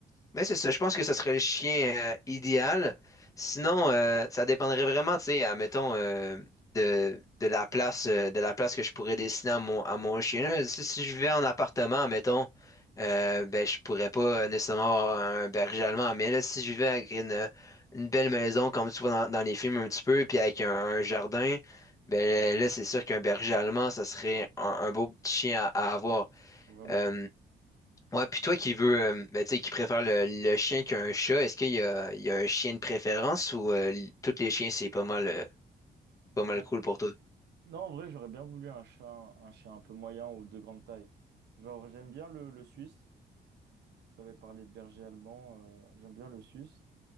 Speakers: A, on the left; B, on the right.
A: mais c'est ça, je pense que ce serait le chien euh, idéal. Sinon, euh, ça dépendrait vraiment, tu sais, admettons, euh, de, de la place, euh, de la place que je pourrais dessiner à mon, à mon chien. Là, Si, si je vais en appartement, admettons, euh, ben, je pourrais pas nécessairement avoir un berger allemand. Mais là, si je vivais avec une, une belle maison, comme tu vois dans, dans les films un petit peu, puis avec un, un jardin, ben là, c'est sûr qu'un berger allemand, ça serait un, un beau petit chien à, à avoir.
B: Vraiment.
A: Euh, Ouais, puis toi qui veux, euh, ben, tu sais, qui préfère le, le chien qu'un chat, est-ce qu'il y a, il y a un chien de préférence ou euh, l- tous les chiens, c'est pas mal, euh, pas mal
B: Euh,
A: cool pour toi?
B: non, en vrai, j'aurais bien voulu un chien, un chien un peu moyen ou de grande taille. Genre, j'aime bien le, le suisse. Tu avais parlé de berger allemand. euh, j'aime bien le suisse.